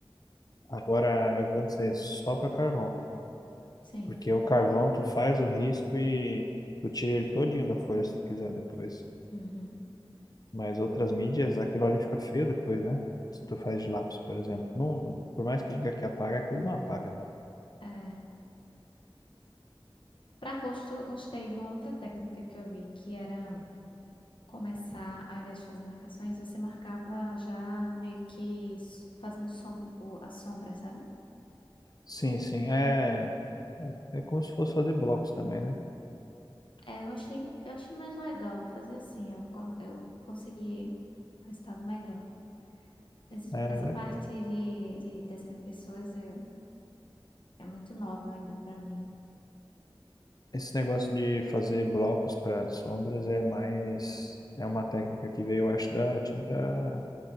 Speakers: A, on the left; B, on the left.
A: Agora, eu vou dizer só para carvão,
B: Sim.
A: porque o carvão tu faz o risco e tu tira ele todinho da folha se tu quiser depois.
B: Uhum.
A: Mas outras mídias, aquilo ali fica feio depois, né? Se tu faz de lápis, por exemplo. Não, por mais que diga que apaga, aquilo não apaga, não.
B: É. Para rosto, eu gostei de uma outra técnica que eu vi, que era começar, ao invés de fazer marcações, você marcava já meio que s- fazendo som- o- a sombra, sabe?
A: Sim, sim, é, é como se fosse fazer blocos também, né?
B: É, eu achei, eu achei mais legal fazer assim, eu, con- eu consegui um resultado melhor. Mas es-
A: É,
B: essa
A: legal.
B: parte de, de desenhar pessoas é, é muito nova ainda pra mim.
A: esse negócio de fazer blocos para sombras é mais. É uma técnica que veio, eu acho, da tinta